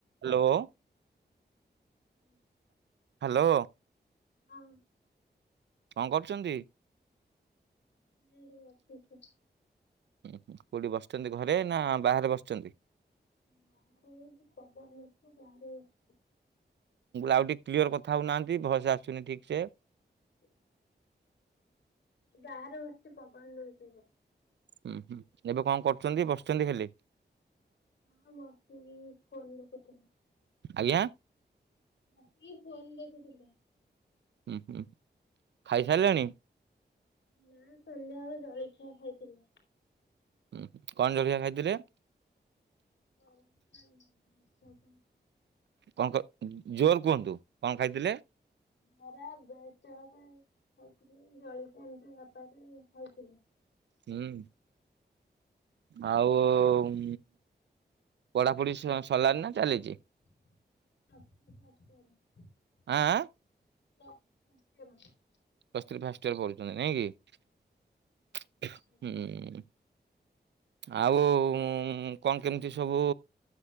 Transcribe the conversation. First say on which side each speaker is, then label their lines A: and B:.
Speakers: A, on the right; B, on the left.
A: Hello.
B: ହଁ
A: hello.
B: ହଁ
A: କଣ କରୁଛନ୍ତି?
B: ଏଇଠି ବସିଛି।
A: ହୁଁ ହୁଁ କୁଠି ବସିଛନ୍ତି ଘରେ ନା ବାହାରେ ବସିଛନ୍ତି?
B: <unintelligible>
A: ଆଉ ଟିକେ କ୍ଲିୟର କଥା ହଉ ନାହାନ୍ତି ଭଏସ ଆସୁନି ଠିକ ସେ।
B: ହ ବାହାରେ ବସିଛି ପବନ ଦଉଛି ଯେ
A: ହୁଁ ହୁଁ ଏବେ କଣ କରୁଛନ୍ତି ବସିଛନ୍ତି ହେଲେ?
B: ହଁ ବସିଥିଲି ଫୋନ୍ କରିଥିଲି।
A: ଆଜ୍ଞା।
B: ବସିକି ଫୋନ ଦେଖୁଥିଲି।
A: ହୁଁ ହୁଁ ଖାଇ ସାରିଲେଣି?
B: ନା ସନ୍ଧ୍ୟାବେଳେ ଜଳଖିଆ ଖାଇଥିଲି।
A: ହୁଁ କଣ ଜଳଖଆ ଖାଇଥିଲେ?
B: <unintelligible>
A: କଣ କ ଜୋରରେ କୁହନ୍ତୁ କଣ ଖାଇଥିଲେ?
B: <unintelligible>
A: ହୁଁ ଆଉ ପଢାପଢି ସ ସଲାର ନା ଚାଲିଛି?
B: <unintelligible>
A: ଆଁ ଆଁ
B: <unintelligible>
A: ପ୍ଲସ ଥ୍ରି ଫାଷ୍ଟ ୟର ପଢ଼ୁଛନ୍ତି ନାଇଁ କି
B: ଆଜ୍ଞା।
A: ହୁଁ। ଆଉ କଣ କେମିତି ସବୁ